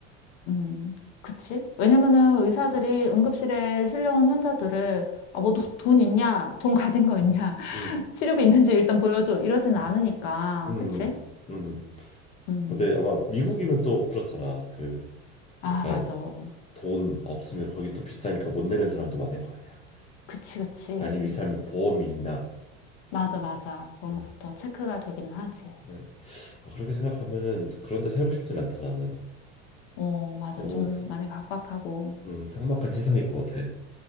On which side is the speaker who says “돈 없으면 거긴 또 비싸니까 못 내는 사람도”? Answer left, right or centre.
Left